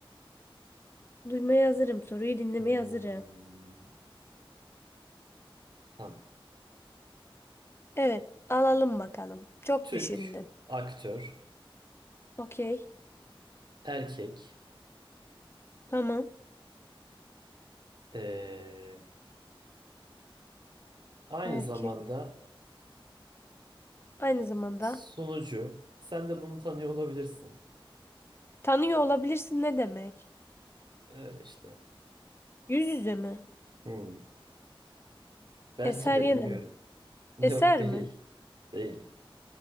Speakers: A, on the left; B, on the right.
A: Duymaya hazırım. Soruyu dinlemeye
B: Hmm,
A: hazırım.
B: tamam.
A: Evet, alalım bakalım. Çok
B: Türk,
A: düşündün.
B: aktör,
A: Okey,
B: erkek.
A: tamam.
B: ee, aynı
A: Belki
B: zamanda
A: aynı zamanda
B: sunucu. Sen de bunu tanıyor olabilirsin.
A: tanıyor olabilirsin ne demek?
B: Öyle işte.
A: Yüz yüze mi?
B: Hmm. Belki
A: Eser
B: de
A: yine
B: bilmiyorum.
A: mi?
B: <laughs> Yok
A: Eser
B: değil.
A: mi?
B: Değil.